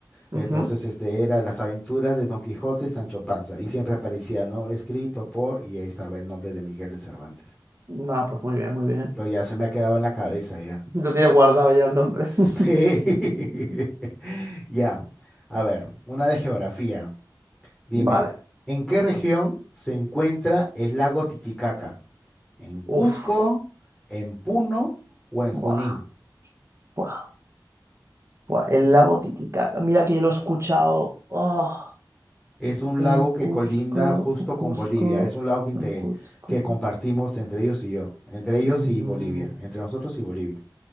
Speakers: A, in the centre; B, on the right (about 35°).
A: Entonces,
B: ¿eh? Ujú.
A: este era Las aventuras de Don Quijote y Sancho Panza. Y siempre aparecía, ¿no? Escrito por, y ahí estaba el nombre de Miguel de Cervantes.
B: Ah, pues muy bien, muy bien.
A: Entonces ya se me ha quedado en la cabeza ya.
B: Lo tienes guardado ya el nombre.
A: Sí.
B: <laughs>
A: <laughs> Ya. A ver, una de geografía. Dime,
B: Vale.
A: ¿en qué región se encuentra el lago Titicaca? ¿En Cusco,
B: Uf.
A: en Puno o en Junín?
B: Buah. Buah, buah, el lago Titicaca. Mira que yo lo he escuchado. Oh,
A: Es un
B: en
A: lago que
B: Cusco,
A: colinda justo
B: Cuzco,
A: con Bolivia. Es un lago que, inte-
B: en Cuzco.
A: que compartimos entre ellos y yo. Entre ellos
B: Mm,
A: y Bolivia. Entre nosotros y Bolivia.